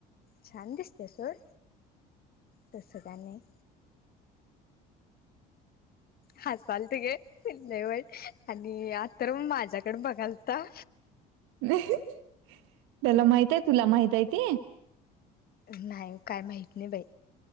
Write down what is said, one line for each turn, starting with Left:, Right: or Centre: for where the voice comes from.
Left: छान दिसते सर तसं का नाही हसाल तिघे कठवट आणि आ तर माझ्याकडे बघाल तर
Right: नाही त्याला माहित आहे तुला माहित आहे ते
Left: नाही काय माहीत नाही बाई